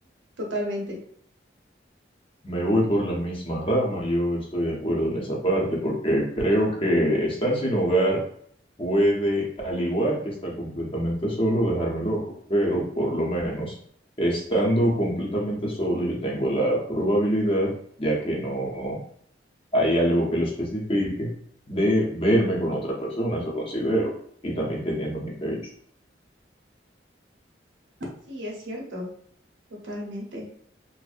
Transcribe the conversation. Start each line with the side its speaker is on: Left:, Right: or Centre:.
Right: totalmente.
Left: Me voy por la misma rama, yo estoy de acuerdo en esa parte, porque creo que estar sin hogar puede, al igual que estar completamente solo, dejarme loco, pero por lo menos estando completamente solo, yo tengo la probabilidad, ya que no hay algo que lo especifique, de verme con otra persona, eso considero, y también teniendo mi pecho.
Right: Sí, es cierto, totalmente.